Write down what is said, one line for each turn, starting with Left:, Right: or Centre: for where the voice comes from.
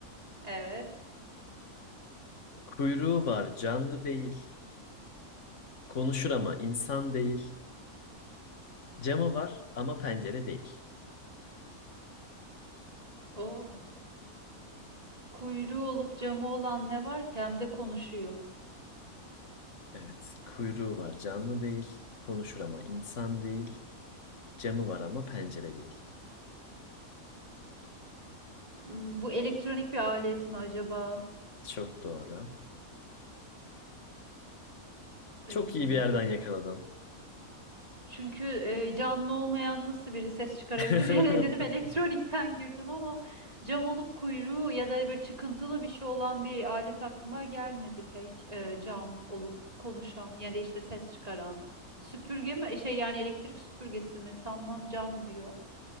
Right: Evet.
Left: Kuyruğu var canlı değil. Konuşur ama insan değil. Camı var ama pencere değil.
Right: Oo. Kuyruğu olup camı olan ne var ki hem de konuşuyor.
Left: Evet kuyruğu var canlı değil. Konuşur ama insan değil. Camı var ama pencere değil.
Right: Hmm, Bu elektronik bir alet mi acaba?
Left: Çok doğru. Çok
Right: Ee,
Left: iyi bir yerden yakaladın.
Right: Çünkü e, canlı olmayan nasıl biri ses çıkarabilir?
Left: <laughs>
Right: <laughs> Ya Dedim elektronikten girdim ama cam olup kuyruğu ya da böyle çıkıntılı bir şey olan bir alet aklıma gelmedi pek. Ee, cam olup konuşan ya da işte ses çıkaran. Süpürge mi? Şey yani elektrik süpürgesi mi? Sanmam cam diyor.